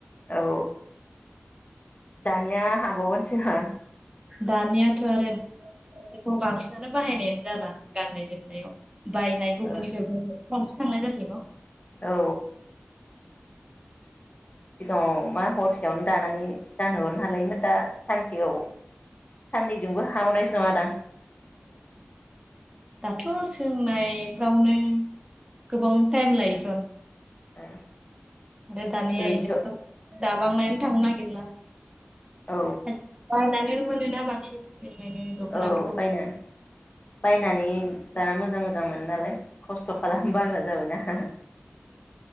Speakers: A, on the left; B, on the right.
A: औ दानिया हाबावगोनसो हो?
B: दानियाथ आरो खौ बांसिनानो बाहायनायानो जाला गाननाय जोमनायाव बायनाय गुबुननिफ्रायबो
A: ओ
B: खांनाय जासै न
A: औ सिगाङाव मा हरसेयावनो दानानै गानहोहरनो हालायोमोन दा सानसेयाव साननैजोंबो हाबावनायसो नङा दां?
B: दाथ' सोंनाय फ्रावनो गोबाव टाइम लायोसन
A: ओ
B: आरोे दानिया
A: ओरैनोथ'
B: आइजोखौथ' दाबांनायानो थांनो नागिरला।
A: औ
B: आजि बायनानैनो मोनो मोनोना बांसिन। बेनिखायनो दख'नाफोरखौ
A: औ बायनान बायनानै दाना मोजां मोजां मोनो नालाय। खस्थ' खालाम बाग्रा जाबायना।